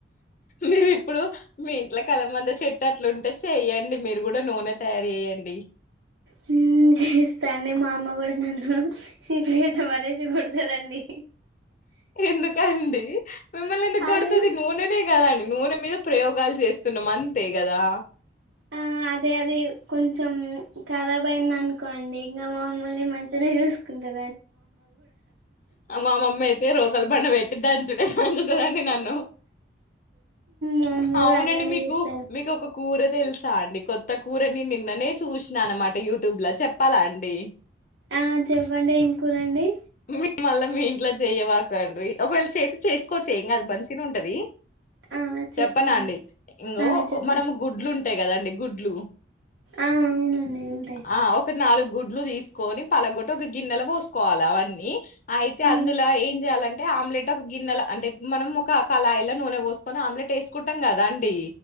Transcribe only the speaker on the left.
మీరు ఇప్పుడు మీ ఇంట్లో కల మంద చెట్టు అట్లుంటే చెయ్యడి మీరు కూడా నూనె తయారు చే్యడి
ఎందుకండి మిమ్మల్ని ఎందుకు కొడుతుంది
నూనెనే కదండి నూనె మీద ప్రయోగాలు చేస్తున్నాం అంతే కదా
మా మమ్మీ అయితే రోకల బండ పెట్టి దాచూడ దాచుతుదండి నన్ను
అవునండి
మీకు
మీకు ఒక కూర తెలుసా అండి కొత్త కూరని నిన్ననే చూసిన అనమాట యూట్యూబ్ లో చెప్పాలా అండి
మీ మల్ల మీ ఇంట్లో చేయ్యవాకుండీ ఒకవేళ చేసి చేసుకోవచ్చ ఇంగా దు మంచిగానే ఉంటది
చెప్పనా
అండి ఇంగో
మనం గుడ్లు ఉంటాయి కదాండి గుడ్లు
ఆ ఒక నాలుగు, గుడ్లు తీసుకొని పలగొట్ట ఒక గిన్నెలో పోసు కోవాలె అవన్నీ, అయితే
అందులో ఏం చేయాలంటే అంటే ఆమ్లెట్ ఒక గిన్నెలో అంటే మనం ఒక క అలాయిలా నూనె పోసుకొని ఆమ్లెట్ వేసుకుంటాం కదా అండి,